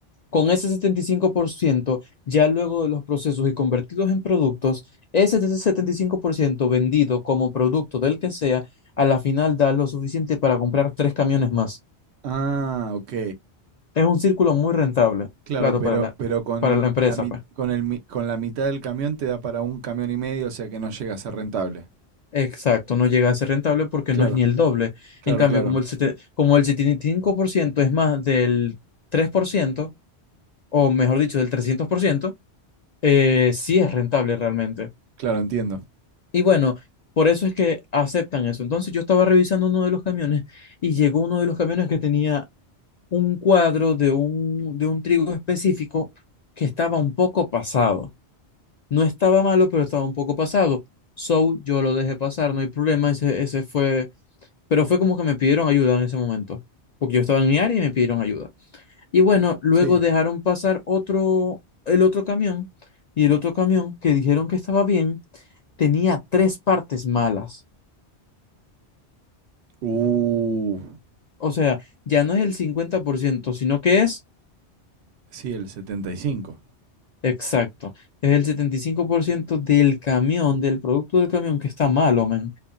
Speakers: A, on the left; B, on the right.
A: Con ese 75% ya luego de los procesos y convertidos en productos, ese 75% vendido como producto del que sea, a la final da lo suficiente para comprar tres camiones más.
B: Ah, ok.
A: Es un círculo muy rentable,
B: Claro,
A: claro,
B: pero,
A: para la,
B: pero con
A: para la empresa,
B: la, mi-
A: pues.
B: con el, mi- con la mitad del camión te da para un camión y medio, o sea que no llega a ser rentable.
A: Exacto, no llega a ser rentable porque
B: Claro,
A: no es ni el doble.
B: claro,
A: En cambio,
B: claro,
A: como el, sete- como el 75% es más del 3% o mejor dicho, del 300%, eh, sí es rentable realmente.
B: claro, entiendo.
A: Y bueno, por eso es que aceptan eso. Entonces yo estaba revisando uno de los camiones y llegó uno de los camiones que tenía un cuadro de un, de un trigo específico que estaba un poco pasado. No estaba malo, pero estaba un poco pasado. So, yo lo dejé pasar, no hay problema, ese, ese fue... Pero fue como que me pidieron ayuda en ese momento, porque yo estaba en mi área y me pidieron ayuda. Y bueno, luego
B: Sí.
A: dejaron pasar otro, el otro camión, y el otro camión que dijeron que estaba bien, tenía tres partes malas.
B: Uh,
A: O sea, ya no es el 50% sino que es
B: sí, el 75.
A: exacto. Es el 75% del camión, del producto del camión que está malo, men.